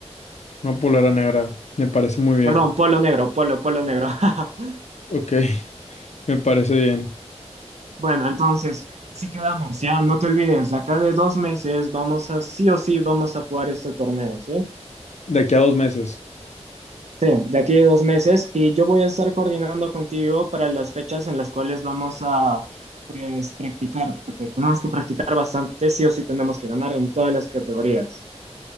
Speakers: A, on the left; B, on the right.
A: una polera negra, me parece muy bien.
B: Perdón, polo negro, polo, polo negro. <laughs>
A: Ok, <laughs> me parece bien.
B: Bueno, entonces, así quedamos, ya, no te olvides, de acá de dos meses vamos a, sí o sí, vamos a jugar este torneo, ¿sí?
A: De aquí a dos meses.
B: Sí, de aquí a dos meses y yo voy a estar coordinando contigo para las fechas en las cuales vamos a pues practicar, porque tenemos que practicar bastante, sí o sí tenemos que ganar en todas las categorías.